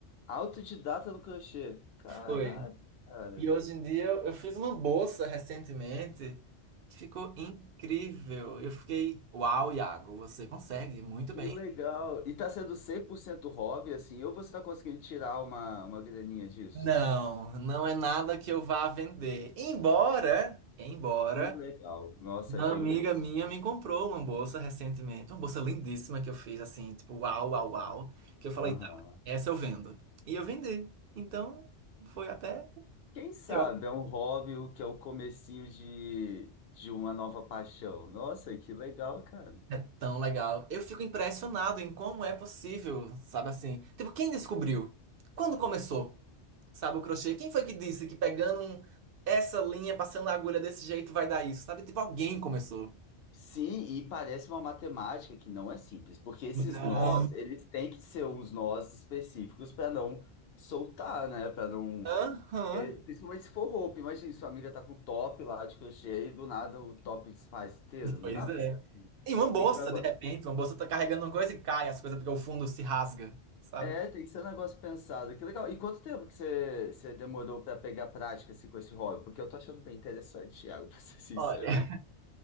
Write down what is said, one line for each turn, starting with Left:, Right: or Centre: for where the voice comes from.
Left: Autodidata no crochê. Caraca,
Right: Foi.
Left: cara.
Right: E hoje em dia eu eu fiz uma bolsa recentemente que ficou incrível. Eu fiquei, uau, Iago, você consegue muito
Left: Que
Right: bem.
Left: legal. E tá sendo 100% hobby, assim, ou você tá conseguindo tirar uma, uma graninha disso?
Right: Não, não é nada que eu vá vender. Embora, embora
Left: Que legal. Nossa,
Right: Uma
Left: achei
Right: amiga
Left: o máximo.
Right: minha me comprou uma bolsa recentemente, uma bolsa lindíssima que eu fiz assim, tipo, uau, uau, uau, que eu falei,
Left: Aham.
Right: tá, essa eu vendo. E eu vendi. Então, foi até
Left: Quem sabe
Right: melhor.
Left: é um hobby o que é o comecinho de, de uma nova paixão. Nossa, que legal, cara.
Right: É tão legal. Eu fico impressionado em como é possível, sabe assim? Tipo, quem descobriu? Quando começou? Sabe o crochê? Quem foi que disse que pegando um- essa linha, passando a agulha desse jeito vai dar isso? Sabe? Tipo, alguém começou.
Left: Sim, e parece uma matemática que não é simples, porque esses
Right: Não.
Left: nós, eles têm que ser uns nós específicos para não soltar, né? Para não
Right: Aham.
Left: Porque, Principalmente se for roupa, imagina, sua amiga tá com top lá de crochê e do nada o top desfaz inteiro. Não
Right: Pois
Left: dá pra
Right: é.
Left: ser assim.
Right: E uma bolsa,
Left: Tem que ser um negócio.
Right: de repente, uma bolsa tá carregando uma coisa e cai as coisas porque o fundo se rasga, sabe?
Left: É, tem que ser um negócio pensado. Que legal. E quanto tempo que você, você demorou pra pegar prática assim, com esse hobby? Porque eu tô achando bem interessante, Thiago, <laughs> pra ser sincero.
Right: Olha,